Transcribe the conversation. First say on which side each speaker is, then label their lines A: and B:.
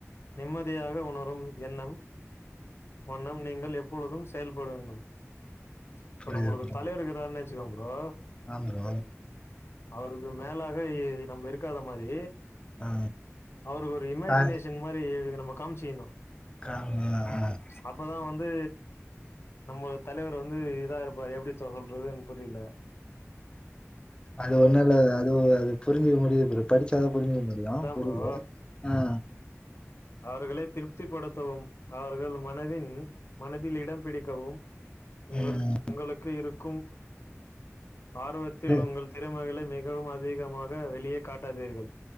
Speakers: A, on the left; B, on the left.
A: நிம்மதியாக உணரும் எண்ணம் வண்ணம் நீங்கள் எப்பொழுதும் செயல்படுங்கள் இப்ப
B: புரியுது
A: நம்மளுக்கு
B: புரியுது
A: தலைவர் இருக்குறாருன்னு வச்சுக்கோ ப்ரோ
B: ஆ ப்ரோ
A: அவருக்கு மேலாக இ நம்ம இருக்காத மாரி
B: ஆ
A: அவரு ஒரு இமேஜினேஷன்
B: ஆ
A: மாரி நம்ம காமிச்சிக்கணு
B: <unintelligible>
A: அப்பதா வந்து நம்ம தலைவர் வந்து இதா இருப்பாரு எப்டி சொல்றதுனு எனக்கு புரியல
B: அது
A: ம்,
B: ஒன்னு இல்ல அது அது புரிஞ்சுக்க முடியு ப்ரோ படிச்சாதா புரிஞ்சிக்க முடியு
A: அதான்
B: முடியு புரியுது
A: ப்ரோ
B: ஆ
A: அவர்களை திருப்தி படுத்தவும் அவர்கள் மனதின் மனதில் இடம் பிடிக்கவும் உங்கள்
B: ம்
A: உங்களுக்கு இருக்கும் ஆர்வத்தில்
B: இது
A: உங்கள் திறமைகளை மிகவும் அதிகமாக வெளியே காட்டாதீர்கள்